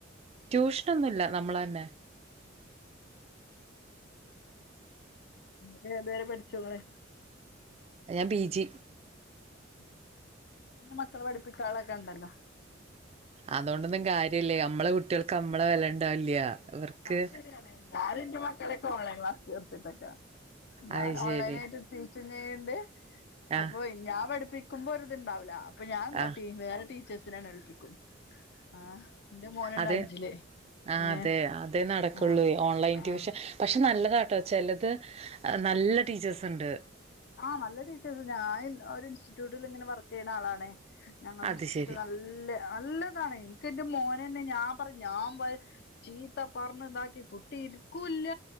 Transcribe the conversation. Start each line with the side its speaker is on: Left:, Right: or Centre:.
Right: ട്യൂഷനന്നുല്ല നമ്മളന്നെ
Left: ന്നിട്ട് ഏതുവരെ പഠിച്ചുങ്ങള്
Right: ഞാൻ ബി ജി
Left: നമ്മള്ളെ മക്കളെ പഠിപ്പിക്കാളെക്കെ ഇണ്ടല്ലോ
Right: അതോണ്ടൊന്നും കാര്യല്ലേ നമ്മളെ കുട്ട്യാൾക്ക് നമ്മളെ വെല ഇണ്ടാവില്ല ഇവർക്ക്
Left: അത് ശരിയാണ് ഞാ ഇന്റെ മക്കളെ ഓൺലൈൻ ക്ലാസ്സ് ചേർത്തിട്ട്ക്കാ ഞാൻ
Right: അത് ശരി
Left: ഓൺലൈനായിട്ട് ടീച്ചും ചെയ്യ്ണ്ട്
Right: ആഹ്
Left: അപ്പൊ ഞാൻ പഠിപ്പിക്കുമ്പോ ഒരു ഇത്ണ്ടാവൂല്ല അപ്പൊ ഞാനെ എന്താട്ടി
Right: ആഹ്
Left: വേറെ ടീച്ചേഴ്സിനെ ഏൽപ്പിക്കും ആഹ് ഇന്റെ മോനുണ്ട്
Right: അതെ
Left: അഞ്ചില്
Right: ആഹ്
Left: ഏഹ്
Right: അതെ നട ക്കൊളെയ്
Left: ആഹ്
Right: ഓൺലൈൻ
Left: ആഹ്
Right: ട്യൂഷൻ പക്ഷെ നല്ലതാട്ടോ ചെലത് നല്ല ടീച്ചേഴ്സ് ഇണ്ട്
Left: ആഹ് നല്ല ടീച്ചേഴസ് ഞാൻ ഇൻ ഒരു ഇൻസ്റ്റിറ്റ്യൂട്ട് ഇങ്ങനെ വർക്കെയ്യ്ണ ആളാണേ ഞങ്ങളെ
Right: അത്
Left: ഇൻസ്റ്റിറ്റ്യൂട്ട്
Right: ശരി
Left: നല്ലെ നല്ല ഇതാണെയ് ഇൻക്ക് ഇന്റെ മോനെന്നെ ഞാൻ പറയും ഞാൻ വ ചീത്ത പറഞ് ഇതാക്കി കുട്ടി ക്കൂല്ല